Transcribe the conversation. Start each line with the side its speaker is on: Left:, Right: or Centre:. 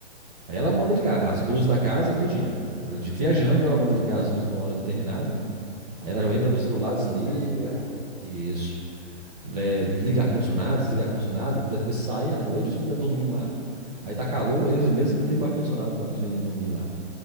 Right: Aí ela manda
Centre: Isso
Right: ligar
Centre: aí.
Right: as luzes da casa todinha. Ela de viajando, ela manda ligar as luzes numa hora determinada. Aí
Centre: É
Right: ela já
Centre: para
Right: entra pro
Centre: os
Right: celular,
Centre: bandidos
Right: desliga.
Centre: ficar espertos
Right: Isso é, ligar ar-condicionado, desligar ar-condicionado. Por exemplo, eles saem à noite, os meninos estão dormindo lá. Aí tá calor, aí eles mesmo ligam o ar-condicionado lá para os meninos dormir lá.